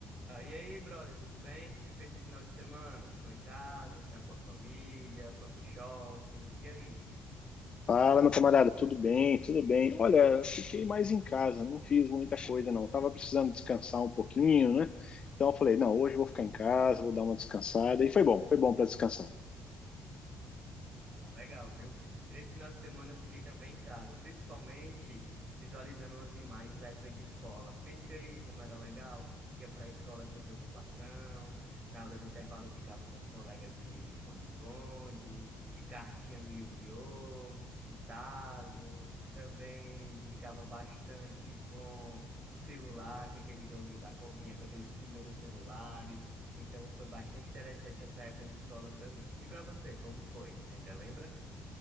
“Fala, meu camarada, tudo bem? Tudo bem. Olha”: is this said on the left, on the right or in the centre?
Left